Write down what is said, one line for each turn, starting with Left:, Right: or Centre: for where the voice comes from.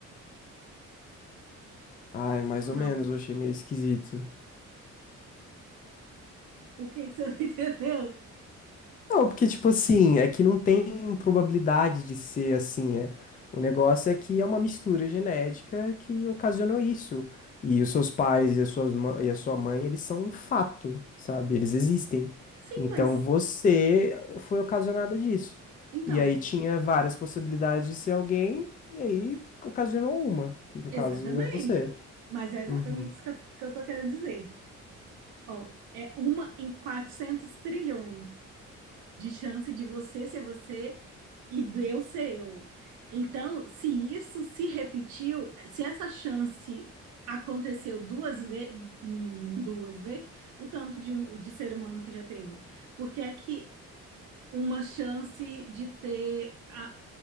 Left: Ai, mais
Right: Ou
Left: ou
Right: não?
Left: menos, eu achei meio esquisito.
Right: O que que você não <laughs> entendeu?
Left: Não, porque, tipo assim, é que não tem probabilidade de ser assim, é. O negócio é que é uma mistura genética que ocasionou isso. E os seus pais e as suas ma- e a sua mãe, eles são um fato, sabe? Eles existem.
Right: Sim,
Left: Então
Right: mas
Left: você foi ocasionada disso.
Right: então,
Left: E aí tinha várias possibilidades de ser alguém, e aí ocasionou uma, que no
Right: exatamente.
Left: caso é você.
Right: Mas é exatamente
Left: Uhum.
Right: isso que eu, que eu tô querendo dizer. Ó, é uma em 400 trilhões de chance de você ser você e Deus ser eu. Então, se isso se repetiu, se essa chance aconteceu duas vezes, duas vezes, o tanto de, um, de ser humano que já teve. Porque é que uma chance de ter a,